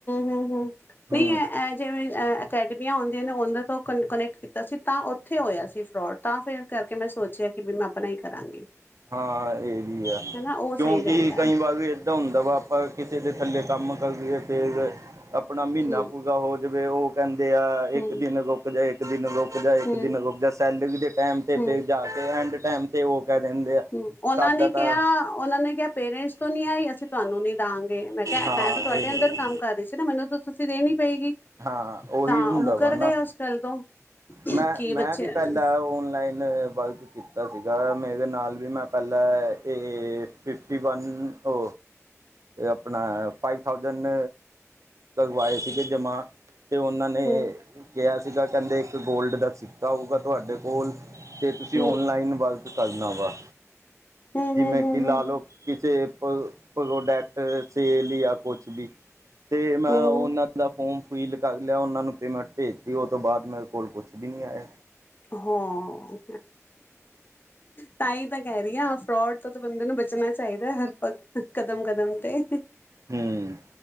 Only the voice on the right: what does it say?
ਹੂੰ
ਹਾਂ, ਇਹ ਵੀ ਆ
ਕਿਉਂਕਿ
ਕਈ ਵਾਰ ਵੀ ਇੱਦਾਂ ਹੁੰਦਾ ਵਾ ਆਪਾਂ ਕਿਸੇ ਦੇ ਥੱਲੇ ਕੰਮ ਕਰੀਏ ਫਿਰ ਆਪਣਾ ਮਹੀਨਾ
ਪੂਰਾ ਹੋ। ਜਿਵੇਂ ਉਹ ਕਹਿੰਦੇ ਆ, ਇੱਕ
ਦਿਨ ਗੁ ਇੱਕ ਦਿਨ ਰੁਕ ਜਾ ਇੱਕ
ਦਿਨ ਰੁਕ ਜਾ ਸੈਲਰੀ ਦੇ ਟਾਈਮ ਤੇ
ਫਿਰ ਜਾ ਕੇ ਐਂਡ ਟਾਈਮ ਤੇ ਉਹ ਕਹਿ ਦਿੰਦੇ ਆ।
ਸਾਡਾ
ਤਾਂ
ਹਾਂ
ਇਹ
ਹਾਂ ਉਹੀ
ਹੁੰਦਾ
ਵਾ ਨਾ
ਮੈਂ,
ਮੈਂ
ਵੀ ਪਹਿਲਾਂ
ਔਨਲਾਈਨ ਵਰਕ ਕੀਤਾ ਸੀਗਾ ਮੇਰੇ ਨਾਲ ਵੀ ਮੈਂ ਪਹਿਲਾਂ ਇਹ ਫਿਫਟੀ -ਵਨ ਓ ਆਪਣਾ ਫਾਈਵ ਥਾਊਜੈਂਡ ਕਰਵਾਏ ਸੀਗੇ ਜਮਾ, ਤੇ ਉਹਨਾਂ ਨੇ
ਕਿਹਾ ਸੀਗਾ ਕਹਿੰਦੇ ਇੱਕ ਗੋਲਡ ਦਾ ਸਿੱਕਾ ਹੋਊਗਾ ਤੁਹਾਡੇ ਕੋਲ, ਤੇ ਤੁਸੀਂ
ਓਨਲਾਈਨ ਵੱਲ ਕਰਨਾ ਵਾ।
ਜਿਵੇਂ
ਕਿ ਲਾ
ਲਓ ਕਿਸੇ ਪ੍ਰੋਡਕਟ ਸੇਲ ਜਾਂ ਕੁਛ ਵੀ। ਤੇ ਮੈਂ
ਉਹਨਾਂ
ਦਾ ਫੋਰਮ ਫਿਲ ਕਰ ਲਿਆ ਉਹਨਾਂ ਨੂੰ ਪੇਮੈਂਟ ਭੇਜਤੀ ਉਹ ਤੋਂ ਬਾਅਦ ਮੇਰੇ ਕੋਲ ਕੁਛ ਵੀ ਨਹੀਂ ਆਇਆ।
ਹੂੰ